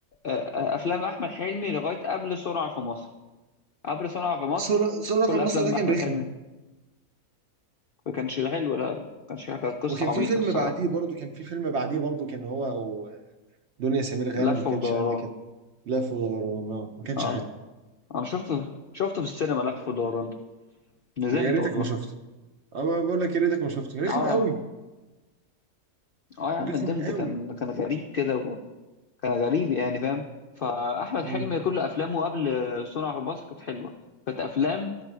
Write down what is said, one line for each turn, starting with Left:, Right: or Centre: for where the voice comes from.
Left: آه، آه، أفلام أحمد حلمي لغاية قبل سرعة في مصر عبر صنع في مصر
Right: صورة صورة
Left: كل
Right: في مصر
Left: افلام
Right: ده كان
Left: احمد
Right: رخم
Left: حلمي ما كانش حلو لا ما كانش حلو، كانت قصه
Right: وكان
Left: عبيطه
Right: في فيلم
Left: الصراحه
Right: بعديه برضه كان في فيلم بعديه برضه كان هو ودنيا سمير غانم
Left: لف
Right: ما
Left: ودوران
Right: كانش قد كده لف ودوران ما كانش
Left: اه
Right: حلو
Left: انا شفته شفته في السينما لف ودوران ده. ندمت
Right: يا ريتك
Left: والله
Right: ما شفته انا بقول لك يا ريتك ما شفته رخم
Left: اه
Right: قوي
Left: يا عم اه يا عم
Right: رخم
Left: ندمت
Right: قوي
Left: كان كان غريب كده وكان غريب يعني فاهم فاحمد
Right: مم.
Left: حلمي كل افلامه قبل صنع في مصر كانت حلوه كانت افلام